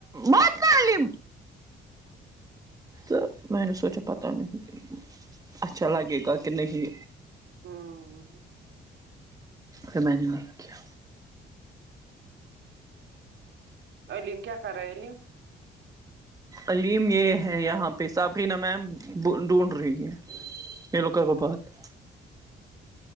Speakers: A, on the right; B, on the right.
A: ماتم تو میں نے سوچا پت نہیں اچھا لگے گا کہ نہیں
B: ہوں
A: س میں کیا
B: علم کیا کرے عللم
A: علیم یہ ہے یہاں پہ صافری نمم ڈھونڈ رہی ہے یہ لوک کو بات